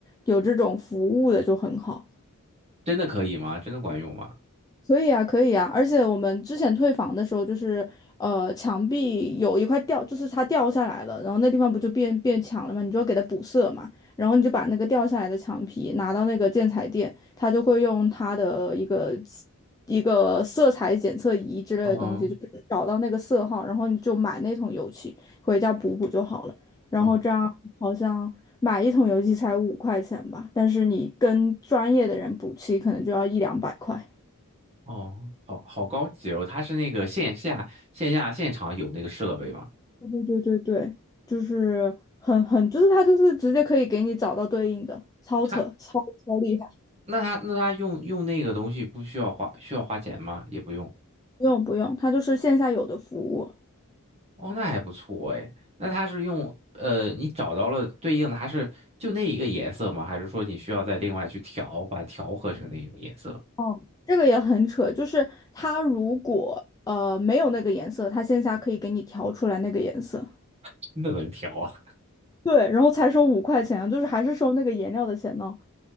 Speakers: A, on the left (about 15°); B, on the right (about 30°).
A: 有这种服务的就很好。
B: 真的可以吗？真的管用吗？
A: 可以啊，可以啊，而且我们之前退房的时候，就是呃，墙壁有一块掉，就是它掉下来了，然后那地方不就变变墙了嘛，你就要给它补色嘛，然后你就把那个掉下来的墙皮拿到那个建材店，他就会用他的一个一个色彩检测仪之类的东西，
B: 嗯
A: 就是找到那个色号，然后你就买那桶油漆回家补补就好了，然后这样好像。
B: 哦
A: 买一桶油漆才五块钱吧，但是你跟专业的人补漆，可能就要一两百块。
B: 哦，好好高级哦，它是那个线下线下现场有那个设备吗？
A: 对对对对对，就是很很，就是它就是直接可以给你找到对应的，超扯，
B: 它。
A: 超超厉害。
B: 那他那他用用那个东西不需要花需要花钱吗？也不用。
A: 不用不用，它就是线下有的服务。
B: 哦，那还不错哎。那他是用呃，你找到了对应的，它是就那一个颜色吗？还是说你需要再另外去调，把它调和成那种颜色？
A: 哦，这个也很扯，就是它如果呃没有那个颜色，它线下可以给你调出来那个颜色。
B: <laughs> 那能调啊？
A: 对，然后才收五块钱啊就是还是收那个颜料的钱呢。